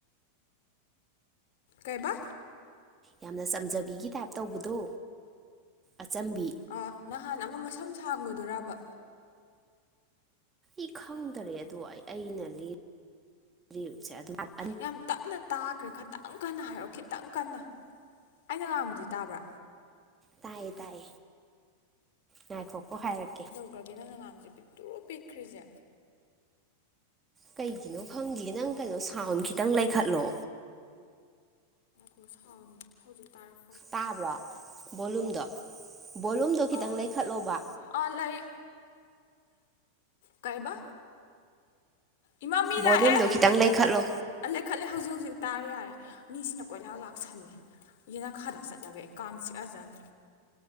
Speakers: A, on the left; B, on the right.
A: ꯀꯩꯑꯕꯥ
B: ꯌꯥꯝꯅ ꯆꯝꯖꯥꯕꯤꯒꯤ ꯇꯥꯏꯞ ꯇꯧꯕꯗꯣ ꯑꯆꯝꯕꯤ
A: ꯑꯥ ꯅꯍꯥꯟ ꯑꯃ ꯃꯁꯝ ꯁꯥꯡꯕꯗꯨꯔꯕ
B: ꯏ ꯈꯪꯗꯔꯦ ꯑꯗꯣ ꯑꯩ ꯑꯩꯅ ꯂꯤ ꯂꯤꯁꯦ ꯑꯗꯨ <unintelligible>
A: ꯌꯥꯝ ꯇꯞꯅ ꯇꯥꯒ꯭ꯔꯦ ꯈꯥꯇꯪ ꯀꯟꯅ ꯍꯥꯏꯔꯛꯑꯣ ꯈꯤꯇꯪ ꯀꯟꯅ ꯑꯩꯅ ꯉꯥꯡꯕꯗꯤ ꯇꯥꯕ꯭ꯔꯥ
B: ꯇꯥꯏ ꯇꯥꯏ ꯉꯥꯏꯈꯣꯀꯣ ꯍꯥꯏꯔꯛ
A: ꯒꯔꯥꯒꯦ ꯅꯪꯅ ꯉꯥꯡꯕꯖꯦ ꯄꯤꯛꯇꯔꯨ ꯄꯤꯛꯈ꯭ꯔꯤꯖꯦ
B: ꯀꯩꯒꯤꯅꯣ ꯈꯪꯗꯦ ꯅꯪ ꯀꯩꯅꯣ ꯁꯥꯎꯟ ꯈꯤꯇꯪ ꯂꯩꯈꯠꯂꯣ
A: ꯀꯣ ꯁꯥꯎꯟ ꯍꯧꯖꯤꯛ ꯇꯥꯔꯛ
B: ꯇꯥꯕ꯭ꯔꯣ ꯕꯣꯂꯨꯝꯗꯣ ꯕꯣꯂꯨꯝꯗꯣ ꯈꯤꯇꯪ
A: ꯑꯥ
B: ꯂꯩꯈꯠꯂꯣꯕ
A: ꯑꯥ ꯂꯩ ꯀꯩꯕ ꯏꯃꯥ ꯃꯤ
B: ꯕꯣꯂꯨꯝꯗꯣ
A: ꯂꯥꯛꯑꯦ
B: ꯈꯤꯇꯪ ꯂꯩꯈꯠꯂꯣ
A: ꯑꯥ ꯂꯩꯈꯠꯂꯦ ꯍꯧꯖꯤꯛ ꯍꯧꯖꯤꯛ ꯇꯥꯔꯦ ꯌꯥꯔꯦ ꯃꯤꯁꯤꯅ ꯀꯣꯏꯂꯥ ꯂꯥꯛꯁꯜꯂꯦ ꯌꯦꯅꯈꯥꯗ ꯆꯠꯂꯒꯦ ꯑꯩ ꯀꯥꯡ ꯆꯤꯛꯑꯖꯟ